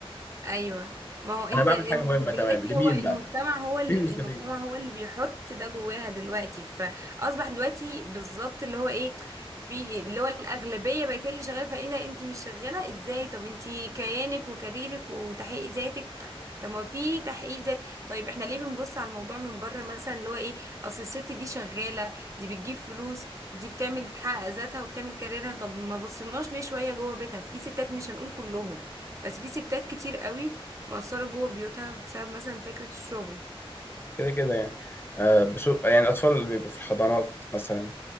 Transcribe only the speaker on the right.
ايوه ما هو انت
دلوقتي
هو المجتمع
هو ال-
المجتمع هو اللي بيحط ده جواها دلوقتي فاصبح دلوقتي بالظبط اللي هو ايه في اللي هو الاغلبيه بقت هي اللي شغاله فايه ده انت مش شغاله ازاي طب انت كيانك وكاريرك وتحقيق ذاتك طب ما في تحقيق ذات طيب احنا ليه بنبص على الموضوع من بره مثلا اللي هو ايه اصل الست دي شغاله دي بتجيب فلوس دي بتعمل بتحقق ذاتها وبتعمل كاريرها طب ما بصيناش ليه شويه جوه بيتها في ستات مش هنقول كلهم بس في ستات كتير قوي مقصرة جوه بيوتها بسبب مثلا فكرة الشغل